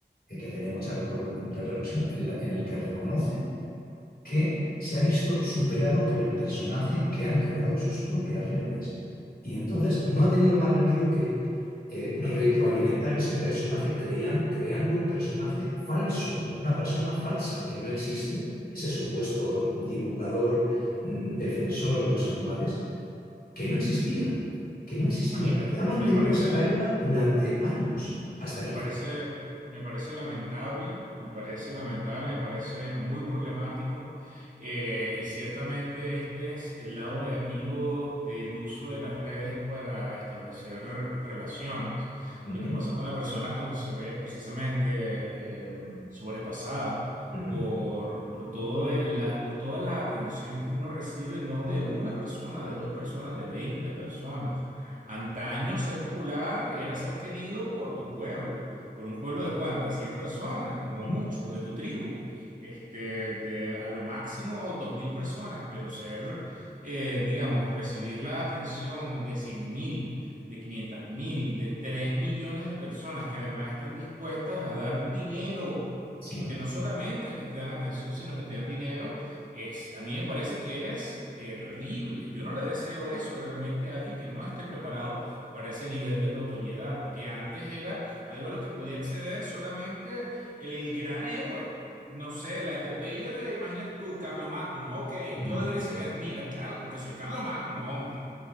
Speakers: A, on the left (about 60°); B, on the right (about 50°).
A: eh, que tenía mucha recor- repercusión, en, la- en el que reconoce que se ha visto superado por el personaje que han creado sus propias redes. Y entonces no ha tenido más remedio que eh, retroalimentar ese personaje crean- creando un personaje falso, una persona falsa que no existe, ese supuesto divulgador, mm, defensor de los animales, que no existía, que no existía.
B: Imagínate,
A: Y Ha mantenido
B: me parece
A: esa careta durante años hasta
B: Me
A: que...
B: parece,
A: Sí.
B: me parece lamentable, me parece lamentable, me parece muy problemático eh, y ciertamente este es el lado negativo del uso de las redes para establecer relaciones.
A: Ujú,
B: Lo que pasa con la persona cuando se ve precisamente eh, sobrepasada
A: ujú,
B: por, por todo el- la, por toda la atención que uno recibe, no de una persona, de dos personas, de 20 personas. Antaño ser popular era ser querido por tu pueblo, por un pueblo de cuántas, 100 personas, como
A: ujú.
B: mucho, de tu tribu, este, de a lo máximo 2.000 personas, pero ser, eh, digamos, recibir la atención de 100.000, de 500.000, de 3 millones de personas que además están dispuestas a dar dinero,
A: Sí.
B: porque no solamente es que te dan atención, sino que te dan dinero es, a mí me parece que es terrible. Yo no le deseo eso realmente a alguien que no esté preparado para ese nivel de notoriedad, que antes era algo a lo que podía acceder solamente el gran héroe. No sé, la epopeya de, imagínate tú, Carlomagno, ok,
A: Ujú,
B: toda Grecia me admira, claro, porque soy Carlomagno, hombre.